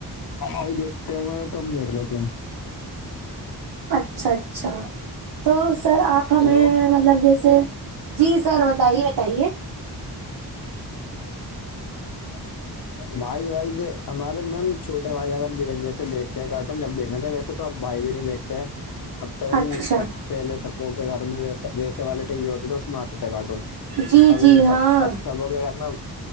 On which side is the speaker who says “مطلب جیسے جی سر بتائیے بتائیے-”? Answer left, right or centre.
Right